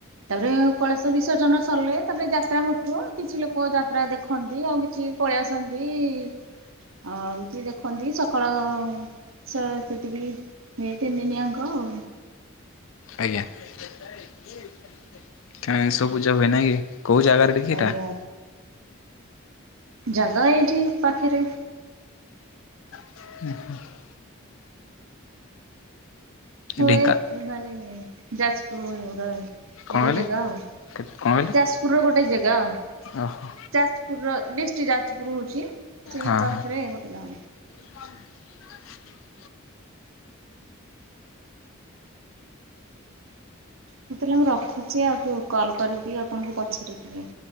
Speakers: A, on the right; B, on the left.
A: ତାପରେ କଳସ ବିସର୍ଜନ ସରିଲେ ତାପରେ ଯାତ୍ରା ହଉ ଥିବ, କିଛି ଲୋକ ଯାତ୍ରା ଦେଖନ୍ତି ଆଉ କିଛି ପଳେଇ ଆସନ୍ତି ଅ ଏମତିି ଦେଖନ୍ତି ସକାଳ <unintelligible> ତିନି ଦିନି ଆଙ୍କ ଆଉ
B: ଆଜ୍ଞା। <unintelligible> ସବୁ ପୂଜା ହୁଏ ନାଇଁ କି କୋଉ ଜାଗାରେ <unintelligible>
A: ଆଜ୍ଞା ଜାଗା ଏଇଠି ପାଖେରେ
B: <unintelligible>
A: ହୁଏ
B: ଢେଙ୍କା
A: ମାନେ ଯାଜପୁର <unintelligible>
B: କଣ
A: ଗୋଟେ
B: କହିଲେ
A: ଜେଗା ଆଉ
B: କଣ କହିଲେ?
A: ଯାସପୁର ର ଗୋଟେ ଜେଗା ଆଉ।
B: ଓହୋ
A: ଯାଜପୁରର ଡିଷ୍ଟୀକି ଯାଜପୁର ହୋଉଚି ସେଇ
B: ହଁ
A: ପାଖେରେ
B: ହଁ
A: ଗୋଟେ ଗାଁ।
B: <unintelligible>
A: ହୋଉ ତାହେଲେ ମୁଁ ରଖୁଛି ଆଉ <unintelligible> କଲ୍ କରିବି ଆପଣଙ୍କୁ ପଛରେ ଟିକେ।